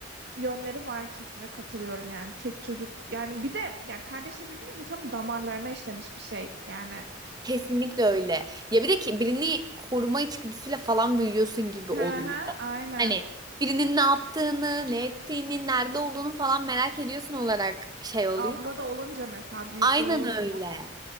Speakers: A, on the right (about 55°); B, on the right (about 20°).
A: yönleri var kesinlikle katılıyorum yani tek çocuk yani bir de yani kardeşle büyümek insanın damarlarına işlemiş bir şey yani.
B: Kesinlikle öyle. Ya bir de ki birini koruma içgüdüsüyle falan büyüyorsun gibi oluyor.
A: Hı hı aynen
B: Hani birinin ne yaptığını, ne ettiğini, nerede olduğunu falan merak ediyorsun olarak şey oluyor.
A: abla da olunca mesela büyük
B: Aynen
A: de olunca.
B: öyle.